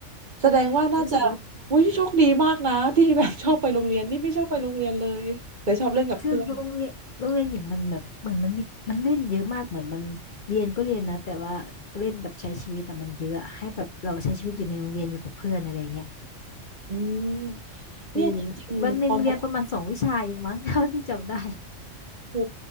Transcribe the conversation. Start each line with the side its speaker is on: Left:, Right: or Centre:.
Right: แสดงว่าน่าจะ
Left: รู้สึกว่า
Right: อุ้ยโชคดีมากนะที่แบบชอบไปโรงเรียนนี่ไม่ชอบไปโรงเรียนเลยแต่ชอบเล่นกับเพื่อน
Left: คือโรงเรียนโรงเรียนหญิงมันแบบเหมือนมันมีมันเล่นเยอะมากเหมือนมันเรียนก็เรียนนะแต่ว่าเล่นแบบใช้ชีวิตแต่มันเยอะให้แบบเราใช้ชีวิตอยู่ในโรงเรียนอยู่กับเพื่อนอะไรอย่างเงี้ย
Right: อืม
Left: เออ
Right: เนี่ยจริงๆตอนประถ
Left: วันหนึ่งเรียนประมาณสองวิชาเองมั้ง <laughs> เท่าที่จำได้
Right: ครู